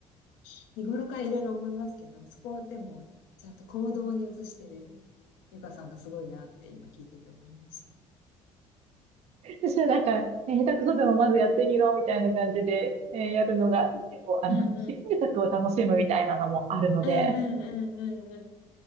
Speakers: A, on the left (about 60°); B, on the right (about 40°).
A: 日頃からいろいろ思いますけど、そこでも、ちゃんと行動に移してるゆかさんがすごいなって今聞いてて思いました。
B: そしたらなんか、ね、下手くそでもまずやってみろみたいな感じで、えーやるのが結構、あの、
A: うんうん。
B: 失敗作を楽しむみたいなのもあるので、
A: うんうんうんうんう